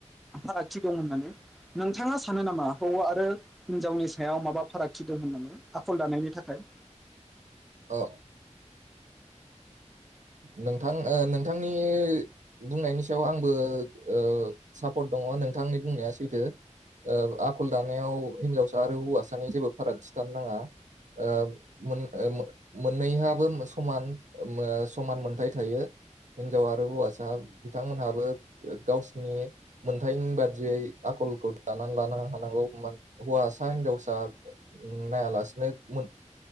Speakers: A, in the centre; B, on the right.
A: फारागथि दं होननानै नोंथाङा सानो नामा हौवा आरो हिनजावनि सायाव माबा फारागथि दं होनना आखल दानायनि थाखाय
B: अ ओ नोंथां ओ नोंथांनि बुंनायनि सायाव आंबो ओ-ओ सापर्ट दङ नोंथांनि बुंनाया सैथो ओ आखल दानायाव हिन्जावसा आरो हौवासानि जेबो फारागथि थानो नाङा ओ मोन मोननैहाबो समान समान मोनथाय थायो हिनजाव आरो हौवासा बिथांमोनहाबो गावसिनि मोनथाइनि बादियै आखलखौ दानानै लानो हानांगौ, हौवासा हिनजावसा नायालासिनो मोन